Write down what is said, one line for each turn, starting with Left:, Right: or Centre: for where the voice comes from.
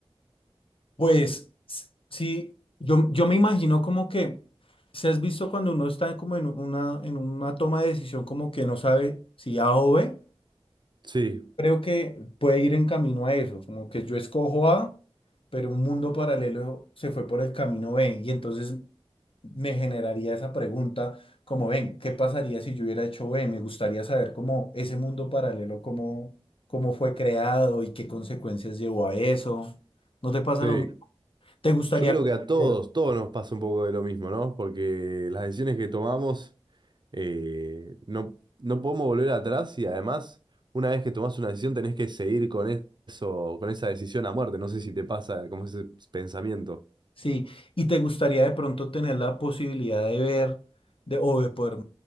Left: Pues s- sí, yo, yo me imagino como que, si has visto cuando uno está como en una, en una toma de decisión como que no sabe si A o B,
Right: Sí,
Left: creo que puede ir en camino a eso, como que yo escojo A, pero un mundo paralelo se fue por el camino B y entonces me generaría esa pregunta como, ven, ¿qué pasaría si yo hubiera hecho B? Me gustaría saber cómo ese mundo paralelo, cómo, cómo fue creado y qué consecuencias llevó a eso. ¿No te pasa
Right: sí.
Left: lo mismo? ¿Te gustaría
Right: Yo creo
Left: conocer?
Right: que a todos, todos nos pasa un poco de lo mismo, ¿no? Porque las decisiones que tomamos eh, no, no podemos volver atrás y además, una vez que tomás una decisión, tenés que seguir con eso, con esa decisión a muerte. No sé si te pasa como ese pensamiento.
Left: Sí, y te gustaría de pronto tener la posibilidad de ver, de, o de poder,